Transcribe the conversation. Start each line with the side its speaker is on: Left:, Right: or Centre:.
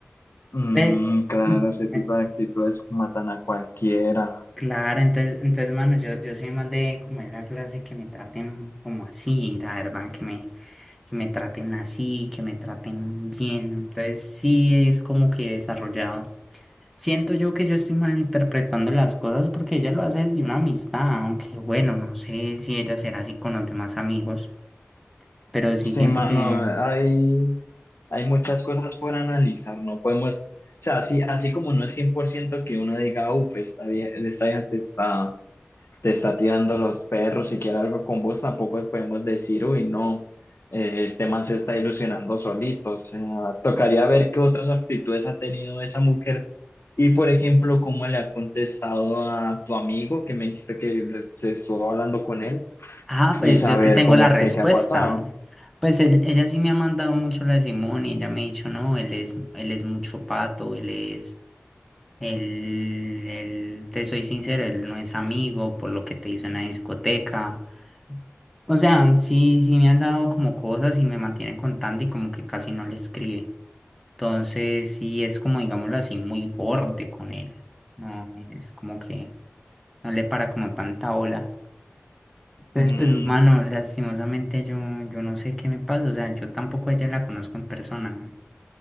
Left: Mm,
Centre: ¿Ves?
Left: claro,
Centre: Mm,
Left: ese tipo
Centre: eh,
Left: de actitudes matan a cualquiera.
Centre: <clears throat> Claro, entonces, entonces, mano, yo, yo soy más de como de la clase que me traten como así, la verdad, que me, que me traten así, que me traten bien. Entonces sí es como que he desarrollado Siento yo que yo estoy malinterpretando las cosas porque ella lo hace de una amistad, aunque bueno, no sé si ella será así con los demás amigos, pero sí
Left: Sí,
Centre: siento
Left: mano,
Centre: que...
Left: hay, hay muchas cosas por analizar, no podemos, o sea, así, así como no es 100% que uno diga, uff, esta vieja, esta vieja te está te está tirando los perros y quiere algo con vos, tampoco podemos decir, uy, no, eh, este man se está ilusionando solito. O sea, tocaría ver qué otras actitudes ha tenido esa mujer y, por ejemplo, cómo le ha contestado a tu amigo que me dijiste que les- se estuvo hablando con él
Centre: Ah, pues
Left: y saber
Centre: yo te tengo
Left: cómo
Centre: la respuesta.
Left: que qué ha pasado.
Centre: Pues él- ella sí me ha mandado mucho la de Simón y ella me ha dicho, no, él es, él es mucho pato, él es, él, él, te soy sincero, él no es amigo por lo que te hizo en la discoteca. O sea, sí, sí me han dado como cosas y me mantiene contando y como que casi no le escribe. Entonces, sí es como, digámoslo así, muy borde con él. No, es como que no le para como tanta ola. Entonces,
Left: Mm,
Centre: pues, mano, lastimosamente yo, yo no sé qué me pasa. O sea, yo tampoco a ella la conozco en persona, ¿no?